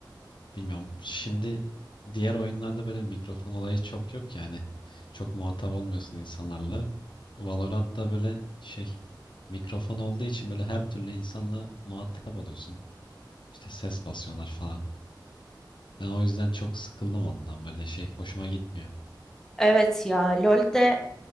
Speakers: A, on the left (about 80°); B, in the centre.
A: Bilmiyorum. Şimdi diğer oyunlarda böyle mikrofon olayı çok yok yani. Çok muhatap olmuyorsun insanlarla. Valorant'ta böyle şey mikrofon olduğu için böyle her türlü insanla muhatap oluyorsun. İşte ses basıyorlar falan. Ben o yüzden çok sıkıldım ondan böyle şey hoşuma gitmiyor.
B: Evet ya LoL'de